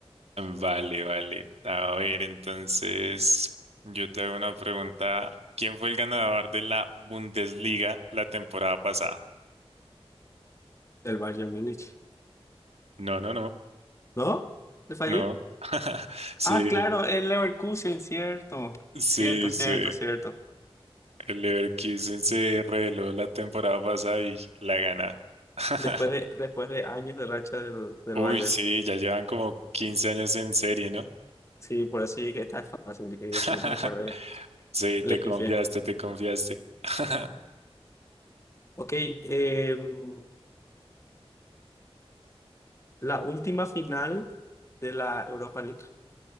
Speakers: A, on the right (about 80°); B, on the left (about 30°).
A: Vale, vale. A ver, entonces, yo te hago una pregunta. ¿Quién fue el ganador de la Bundesliga la temporada pasada?
B: El Bayern Múnich.
A: No, no, no,
B: ¿No? ¿Le fallé?
A: no. <laughs> Sí,
B: Ah, claro, el Leverkusen, cierto.
A: Sí,
B: Cierto, cierto,
A: sí.
B: cierto.
A: El Leverkusen se reveló la temporada pasada y la gana. <laughs>
B: Después de, después de años de racha del, del
A: Uy,
B: Bayern.
A: sí, ya llevan como 15 años en serie, ¿no?
B: Sí, por eso llegué tan fácil. Llegué y
A: <laughs>
B: después me acordé.
A: Sí,
B: Le
A: te
B: pifié.
A: confiaste, te confiaste. <laughs>
B: Ok, em, la última final de la Europa League.